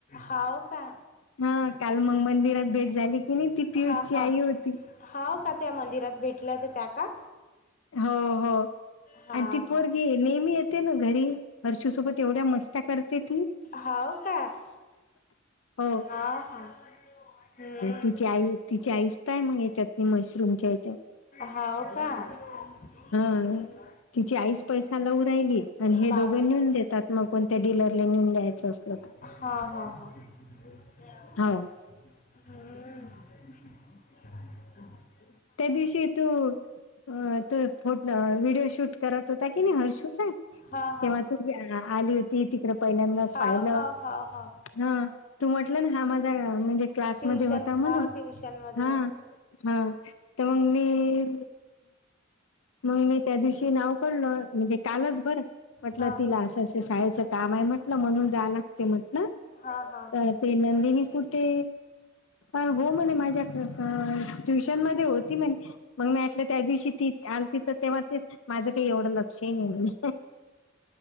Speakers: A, on the left; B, on the left.
A: हाव का
B: हा काल मग मंदिरात भेट झाली की नाही ती पीयची
A: हा हा
B: आई होती
A: हाव का त्या मंदिरात भेटल्या ते त्या का
B: हो हो
A: हा
B: आणि ती पोर
A: हा
B: घे नेहमी येते ना घरी हर्षीसोबत एवढ्या मस्त्या करते ती
A: होव का
B: हो
A: ह हा हम्म
B: तिची आई तिची आईस काय मग या्याच्यात मशरूमच्या याच्यात
A: हा का
B: हा
A: हम्म.
B: तिची आईच पैसा लाऊ राहिली आणि हे
A: बापरे
B: दोघे नेऊन देतात मग कोणत्या डीलरला नेऊन द्यायचं असलं तर
A: हा हा
B: हो
A: हा् आवाज नाही
B: त्यादविषयी त अ तो फोट व्हिडिओ शूट करत होता की नाही हर्षूचा
A: हा हा
B: तेव्हा तू आली होती तिकडं पहिल्यांदाच
A: हाव
B: पाहिलं
A: हाव हाव हाव
B: हा तू म्हटलं ना हा माझा म्हणजे क्लासमध्येध्ये
A: ट्युशन
B: होता
A: हाव
B: म्हणून
A: ट्युशन मध्ये
B: हा
A: होता
B: हा तर मग मी मग मी त्या दिवशी नाव पडल म्हणजे कालच बरं म्हटलं
A: हा
B: तिला असंं शाळेचं काम आहे म्हटलं म्हणून जा लागते म्हटलं
A: हा हा
B: तर ते नंदिनी कुठे अ हो म्हणे माझ्याक ट्युशन मध्ये होती म्ह मग मी म्हटलं त्या दिवशी ती आण तिथ तेव्हा ते माझं काही एवढं लक्षही नाही म्हणे